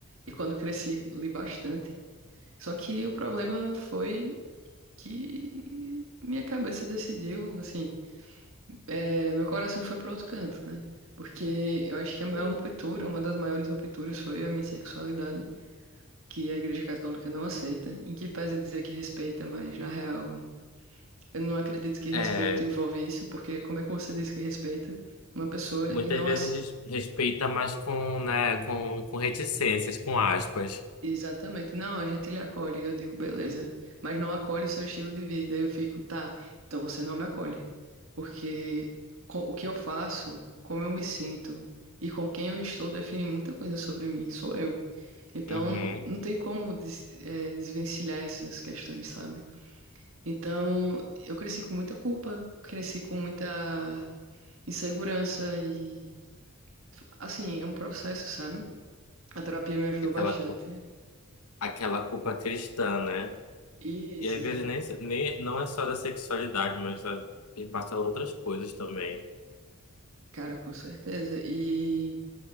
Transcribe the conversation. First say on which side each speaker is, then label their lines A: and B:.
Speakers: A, on the right; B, on the left.
A: E quando cresci, li bastante. Só que o problema foi que minha cabeça decidiu, assim é, meu coração foi para outro canto, né? Porque eu acho que a maior
B: Uhum.
A: ruptura, uma das maiores rupturas foi a minha sexualidade, que a Igreja Católica não aceita, em que pese dizer que respeita, mas na real, eu não acredito que respeito
B: É,
A: envolve isso, porque como é que você diz que respeita uma pessoa
B: muitas
A: e não,
B: vezes
A: ace-
B: res- respeita, mas com, né, com, com reticências, com aspas.
A: Exatamente. Não, a gente lhe acolhe. Eu digo, beleza. Mas não acolhe o seu estilo de vida. Aí eu fico, tá, então você não me acolhe. Porque co- o que eu faço, como eu me sinto e com quem eu estou define muita coisa sobre mim. Sou eu. Então,
B: Uhum.
A: não tem como des, eh, desvencilhar essas questões, sabe? Então, eu cresci com muita culpa, cresci com muita insegurança e, assim, é um processo, sabe? A terapia me ajudou
B: Aquela,
A: bastante.
B: cu- aquela culpa cristã, né?
A: Isso,
B: E às vezes nem, nem não é só da sexualidade, mas da, e passa outras coisas também.
A: Cara, com certeza. E,